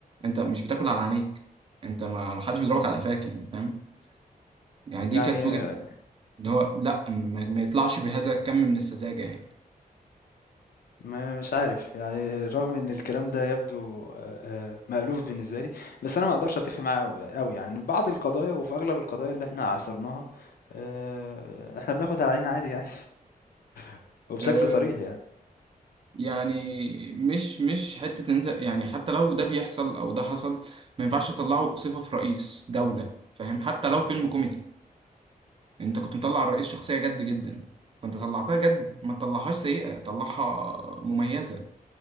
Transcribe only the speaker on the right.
انت مش بتاكل على عينيك انت ما ما حدش بيضربك على قفاك يعني فاهم يعني دي
كانت وجهة اللي هو لا ما ما يطلعش بهذا الكم من السذاجة يعني
أه
يعني مش مش حتة ان انت يعني حتى لو ده بيحصل او ده حصل ما ينفعش تطلعه صفة في رئيس دولة فاهم حتى لو فيلم كوميدي انت كنت مطلع الرئيس شخصية جد جدا فانت طلعتها جد ما تطلعهاش سيئة طلعها مميزة